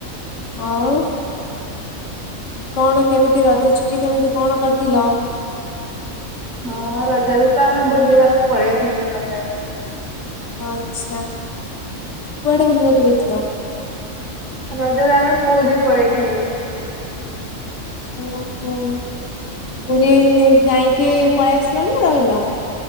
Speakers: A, on the left (about 65°); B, on the right (about 35°).
A: ଆଉ କଣ କେମିତି ରଜ ଛୁଟି କେମିତି କଣ କାଟିଲ?
B: ହଁ ରଜରେ ତ ଆମେ ବୁଲିବାକୁ ପଳେଇଥିଲୁ ରଜରେ।
A: ଆଚ୍ଛା କୁଆଡେ ବୁଲିବାକୁ ଯାଇଥିଲ?
B: ରଜରେ ଆମେ ପୁରୀ ପଳେଇଥିଲୁ।
A: ଓହୋ ପୁରୀ ଯାଇକି ପଳେଇ ଆସିଲ ନା ରହିଲ?